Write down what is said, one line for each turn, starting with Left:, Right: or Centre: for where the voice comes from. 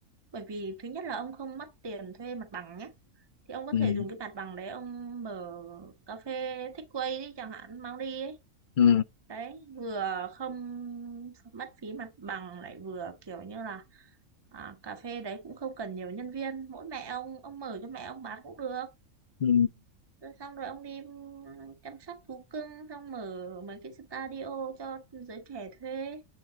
Right: Bởi vì thứ nhất là ông không mất tiền thuê mặt bằng nhé. Thì ông có
Left: ừ
Right: thể dùng cái mặt bằng đấy ông mở cà phê takeaway đi chẳng hạn, mang đi ấy.
Left: ừ
Right: Đấy, vừa không mất phí mặt bằng lại vừa kiểu như là à, cà phê đấy cũng không cần nhiều nhân viên, mỗi mẹ ông ông mở cho mẹ ông bán cũng được.
Left: ừ
Right: Rồi xong rồi ông đi ừm, chăm sóc thú cưng xong mở mấy cái studio cho giới trẻ thuê